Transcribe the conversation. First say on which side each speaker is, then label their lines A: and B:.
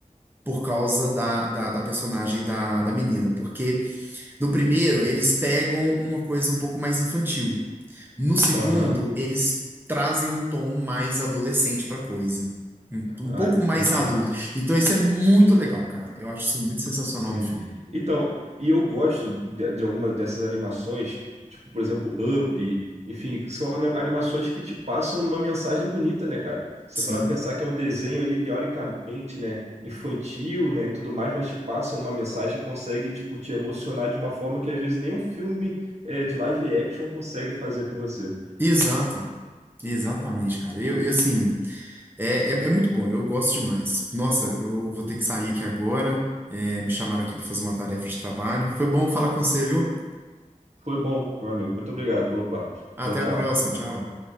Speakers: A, on the right; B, on the right.
A: por causa da, da, da personagem da, da menina. Porque no primeiro, eles pegam uma coisa um pouco mais infantil. No segundo,
B: aham.
A: eles trazem um tom mais adolescente pra coisa. Um, um
B: Ah,
A: pouco
B: entendi.
A: mais adulto. Então isso é muito legal, cara. Eu acho isso muito sensacional
B: Sim.
A: no filme.
B: Então, e eu gosto de, de alguma dessas animações, tipo, por exemplo, Up, enfim, que são ana- animações que te passam uma mensagem bonita, né, cara? Você
A: Sim.
B: parar pra pensar que é um desenho ali, teoricamente, né, infantil, né, e tudo mais, mas te passam uma mensagem e consegue, tipo, te emocionar de uma forma que às vezes nem um filme, eh, de live action consegue fazer por você.
A: Exato. Exatamente, cara. Eu, eu assim. É, é, é muito bom, eu gosto demais. Nossa, eu vou ter que sair aqui agora. é, me chamaram aqui para fazer uma tarefa de trabalho. Foi bom falar com você, viu?
B: Foi bom, meu amigo. Muito obrigado pelo papo.
A: Até
B: Tchau, tchau.
A: a próxima, tchau.